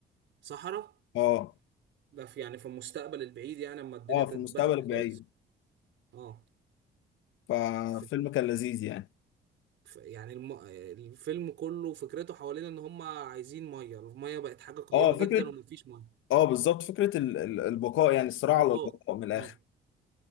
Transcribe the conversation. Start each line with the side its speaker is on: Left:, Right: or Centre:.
Right: صحراء
Left: اه
Right: ده في يعني في المستقبل البعيد يعني اما الدنيا
Left: اه
Right: تتبهدل
Left: في المستقبل البعيد
Right: خالص اه
Left: ففيلم
Right: في
Left: كان لذيذ يعني
Right: ف- يعني الم... الفيلم كله فكرته حوالين ان هم عايزين ميه الميه بقت حاجه قيمه
Left: اه فكره
Right: جدا ومفيش ميه
Left: اه بالظبط فكره ال- ال- البقاء يعني الصراع
Right: البقاء
Left: على البقاء من الاخر
Right: اه